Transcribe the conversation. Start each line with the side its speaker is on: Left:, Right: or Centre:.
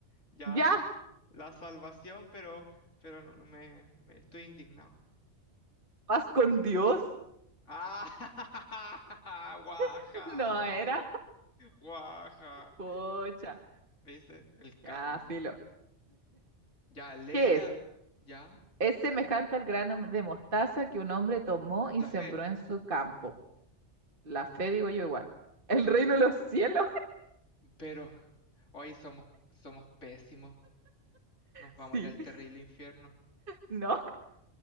Left: ya,
Right: ya.
Left: la salvación, pero, pero no, me, me estoy indignado.
Right: Paz con Dios.
Left: ¡Ah! <laughs> ¡Guaja!
Right: <laughs> No era.
Left: ¡Guaja!
Right: Pucha.
Left: ¿Viste? El karma.
Right: Ya, filo.
Left: Ya, Lela,
Right: ¿Qué es?
Left: ya,
Right: Es semejante al grano de mostaza que un hombre tomó y
Left: la
Right: sembró
Left: fe,
Right: en su campo. La fe, digo yo igual. ¿El reino de los cielos?
Left: pero hoy somos, somos pésimos, nos vamos
Right: <laughs>
Left: a ir al
Right: Sí.
Left: terrible infierno.
Right: No.